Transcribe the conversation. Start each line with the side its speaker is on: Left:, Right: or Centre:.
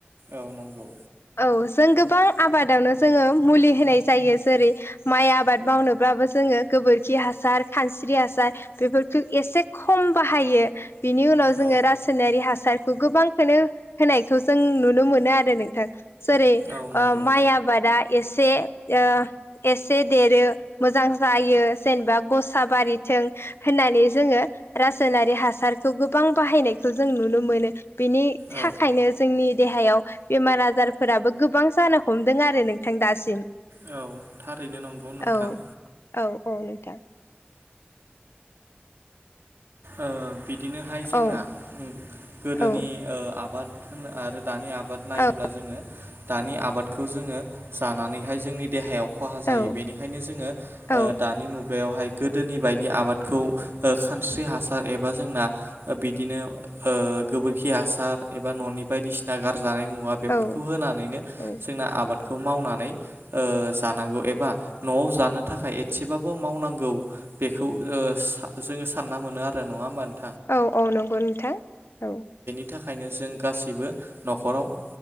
Right: औ नंगौ।
Left: औ जों गोबां आबादावनो जोङो मुलि होनाय जायो जेरै माइ आबाद मावनोब्लाबो जोङो गोबोरखि हासार खानस्रि हासार बेफोरखौ एसे खम बाहायो। बिनि उनाव जोङो
Right: औ
Left: रासायनारि हासारखौ गोबांखौनो होनायखौ जों नुनो मोनो आरो नोंथां जेरै
Right: औ नंगौ
Left: ओ माइ आबादा एसे एसे उह एसे देरो मोजां जायो जेनेबा गसाबारिथों। होननानै जोङो रासायनारि हासारखौ गोबां बाहायनायखौ जों नुनो मोनो। बेनि थाखायनो
Right: औ
Left: जोंनि देहायाव बेमार आजारफोराबो गोबां जानो हमदों आरो नोंथां दासिम
Right: औ थारैनो नंगौ नोंथां।
Left: औ औ औ नोंथां।
Right: ओ बिदिनोहाय जोंना
Left: औ
Right: गोदोनि
Left: औ
Right: आबाद आरो दानि आबाद नायोब्ला
Left: औ
Right: जोङो दानि आबादखौ जोङो जानानैहाय जोंनि देहायाव खहा जायो
Left: औ
Right: बेनिखायनो जोङो
Left: औ
Right: दानि ओ मुगायावहाय गोदोनि बायदि आबादखौ खानस्रि हासार एबा जोंना बिदिनो ओ गोबोरखि हासार हासार एबा न'नि बायदिसिना गारजानाय मुवा बेफोरखौ
Left: औ
Right: होनानैनो
Left: औ
Right: जोंना आबाद खौ मावनानै ओ जानांगौ एबा न'आव जानो थाखाय एसेबाबो मावनांगौ। बेखौ ओ जोङो सानना मोनो आरो नङा होमबा नों
Left: औ औ नंगौ नोंथां औ।
Right: बिनि थाखायनो जों गासैबो न'खराव ओ